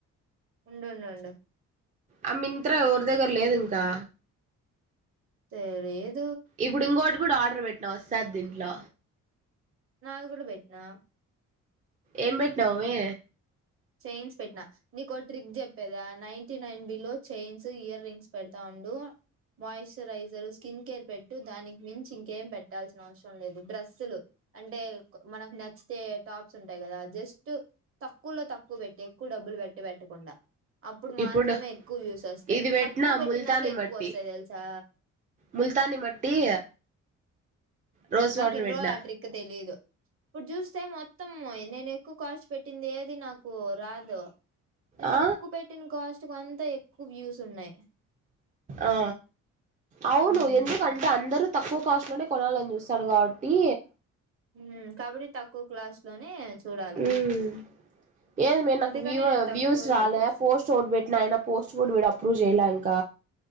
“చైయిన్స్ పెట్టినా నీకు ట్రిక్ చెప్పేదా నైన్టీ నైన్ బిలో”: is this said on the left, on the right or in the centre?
Right